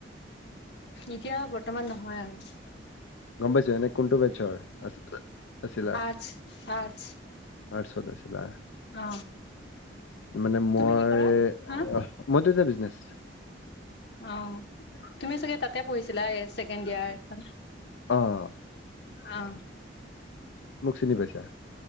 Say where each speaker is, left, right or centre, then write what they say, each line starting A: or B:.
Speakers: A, on the left; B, on the left.
A: এতিয়া বৰ্তমান নহয় আৰু।
B: গ'ম পাইছো, এনে কোনটো বেটছৰ হয়? আ আছিলা?
A: আৰ্টছ আৰ্টছ
B: আৰ্টচৰ আছিলা।
A: অ
B: মানে মই
A: তুমি কি কৰা হা
B: অ', মইতো এটিয়া বিজনেচ
A: অ', তুমি চাগে তাতে পঢ়িছিলা চছেকেণ্ড ইয়াৰখন?
B: অ'।
A: অ'।
B: মোক চিনি পাইছা?